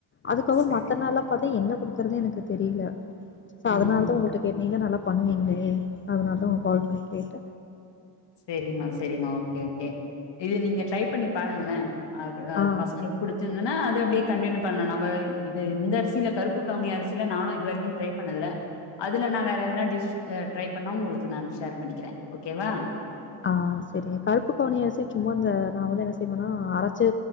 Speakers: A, on the left; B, on the left.
A: அதுக்கப்புறோ
B: சரி
A: மத்த நாள்ளா பாத்தா என்ன குடுக்குறதுனே எனக்கு தெரில சா
B: ம்
A: அதனாலதா உங்கள்ட்ட கேட்ட நீங்கதா நல்லா பண்ணுவீங்களே அதனாலாதா உங்க கால் பண்ணி கேட்ட
B: செரிம்மா செரிம்மா ஓகே ஓகே இது நீங்க ட்ரை பண்ணி பாருங்கள அ அ
A: ஆ
B: பசங்களுக்கு புடிச்சிருந்தன்னா அது அப்டே கண்டினியூ பண்ணலா நம்ப இது இந்த அரிசி இல்ல கருப்பு கவுனி அரிசில நானு இது வரைக்கு ட்ரை பண்ணதுல்ல அதுல நா வேற எதனா டிஷ் ட்ரை பண்ணா உங்களுக்கு நா ஷேர் பண்ணிக்கிறே ஓகேவா
A: ஆ செரிங்க கருப்பு கவுனி அரிசிய சும்மா இந்த நா வந்து என்ன செய்வேன்னா அரச்சு